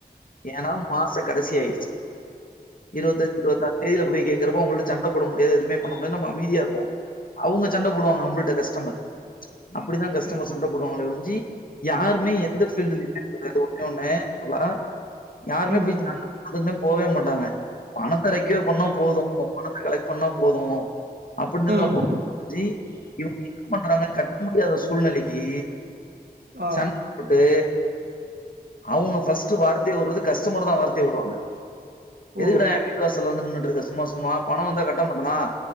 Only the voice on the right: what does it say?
ம்
ம் ம்
ஆ
ஓ